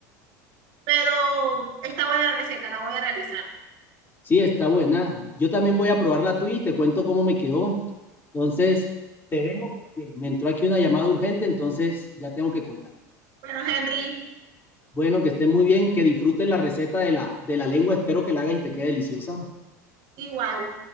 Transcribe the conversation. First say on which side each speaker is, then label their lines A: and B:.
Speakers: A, on the right; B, on the left.
A: Pero está buena la receta, la voy a realizar.
B: Sí, está buena. Yo también voy a probar la tuya y te cuento cómo me quedó. Entonces, te dejo porque me entró aquí una llamada urgente, entonces ya tengo que colgar.
A: Bueno, Henry,
B: Bueno, que esté muy bien, que disfrutes la receta de la, de la lengua. Espero que la hagas y te quede deliciosa.
A: Igual.